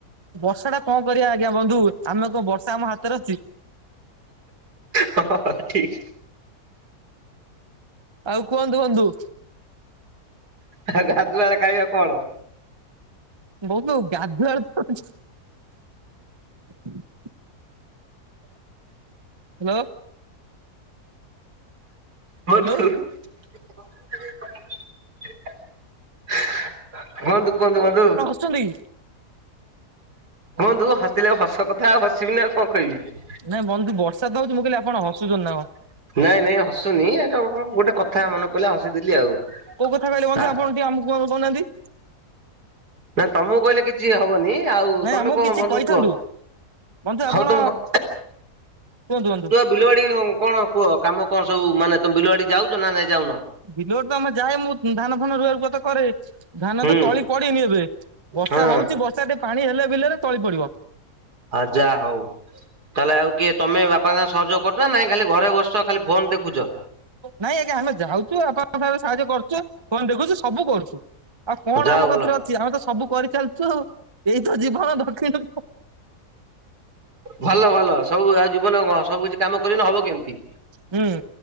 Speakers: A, on the right; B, on the right.
A: ବର୍ଷା ଟା କଣ କରିବା ଆଜ୍ଞା ବନ୍ଧୁ। ଆମେ କଣ ବର୍ଷା ଆମ ହାତରେ ଅଛି।
B: ହଁ ହଁ ହଁ ଠିକ।
A: ଆଉ କୁହନ୍ତୁ ବନ୍ଧୁ।
B: ଆଉ ଗାଧୁଆ ବେଳେ ଖାଇବା କଣ।
A: ବହୁତ ଗାଧୁଆ <unintelligible> ହାଲୋ।
B: କୁହନ୍ତୁ
A: ହ୍ୟାଲୋ
B: <unintelligible> କୁହନ୍ତୁ କୁହନ୍ତୁ ବନ୍ଧୁ।
A: ସୁଛନ୍ତି।
B: କୁହନ୍ତୁ ହସିଲେ ହସ କଥା ଆଉ ହସିବି ନା ଆଉ କଣ କହିବି।
A: ନାଇଁ ବନ୍ଧୁ ବର୍ଷା ତ ହଉଛି ମୁଁ କହିଲି ଆପଣ ହସୁଛନ୍ତି ନାଁ କଣ।
B: ନାଇଁ ନାଇଁ ହସୁନି ଏ ଗୋଟେ କଥା ମନେ ପଡିଲା ହସିଦେଲି ଆଉ।
A: କୋଉ କଥା କହିଲେ ବନ୍ଧୁ
B: ହା
A: ଆପଣ ଟିକେ ଆମକୁ କହୁନାହାନ୍ତି।
B: ନା ତମକୁ କହିଲେ କିଛି ହବନି। ଆଉ
A: ନାଇଁ
B: ତମେ
A: ଆମକୁ
B: କଣ
A: କିଛି
B: ବନ୍ଧୁ
A: କହିଥାନ୍ତୁ।
B: କୁହ
A: ବନ୍ଧୁ ଆପଣ
B: ହଉ ତମେ
A: କୁହନ୍ତୁ ବନ୍ଧୁ।
B: ବିଲ ବାଡି କଣ କୁହ କାମ କଣ ସବୁ ମାନେ ତମେ ବିଲ ବାଡି ଯାଉଛ ନା ଯାଉନ?
A: ବିଲ ବାଡି ତ ଆମେ ଯାଏ ମୁଁ ଧାନ ଫାନ ରୁଆ ପୋତା କରେ ଧାନ
B: ହୁଁ
A: ତ ତଳି ପଡିନି ଏବେ। ବର୍ଷା
B: ହଁ
A: ହଉଛି ବର୍ଷା ଟିକେ ପାଣି ହେଲେ ବିଲରେ ତଳି ପଡିବ।
B: ଆ ଯାହା ହଉ ତାହେଲେ ଆଉ କିଏ ତମେ ବାପା ବାପା ସାଙ୍ଗେ ସହଯୋଗ କରୁ ନାଇଁ ଖାଲି ଘରେ ବସୁଛ ଫୋନ ଦେଖୁଛ।
A: ନାଇଁ ଆଜ୍ଞା ଆମେ ଯାଉଛୁ ବାପା ଭରେ ସାହାଯ୍ୟ କରୁଛୁ ଫୋନ ଦେଖୁଛୁ ସବୁ କରୁଛୁ। ଆଉ କଣ
B: ଯାହା
A: ଆମ
B: ହଉ
A: କଟିରେ ଅଛି ଆମେ ତ ସବୁ କରିଚାଲିଛୁ ଆଉ ଏଇତ ଜୀବନ ଦଖିଣି
B: ଭଲ ଭଲ ସବୁ ଆଉ ଜୀବନ କ ସବୁ କିଛି କାମ କରନି ହବ କେମିତି।
A: ହୁଁ